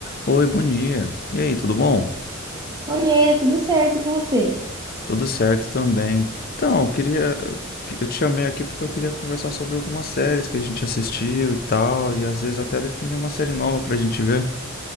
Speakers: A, on the left; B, on the right.
A: Oi, bom dia. E aí, tudo bom?
B: Oiê, tudo certo com você?
A: Tudo certo também. Então, eu queria. Eu te chamei aqui porque eu queria conversar sobre algumas séries que a gente assistiu e tal, e às vezes até definir uma série nova pra gente ver.